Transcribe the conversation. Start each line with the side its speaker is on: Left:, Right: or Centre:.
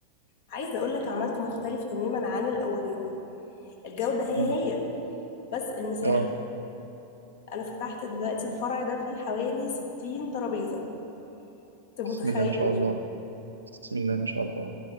Left: عايزه اقول لك عملته مختلف تماما عن الاولاني الجوده هي
Right: مم.
Left: هي بس المساحه
Right: اه
Left: انا فتحت دلوقتي الفرع ده فيه حوالي 60 ترابيزة انت
Right: بسم
Left: متخيل
Right: الله ما شاء الله بسم الله ما شاء الله